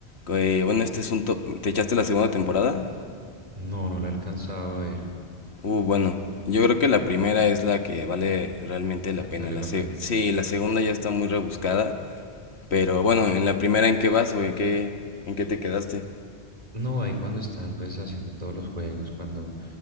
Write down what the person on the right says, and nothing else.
No, no la alcanzaba a ver,
la
que
vale
la
pena.
No, ahí cuando están pues haciendo todos los juegos, cuando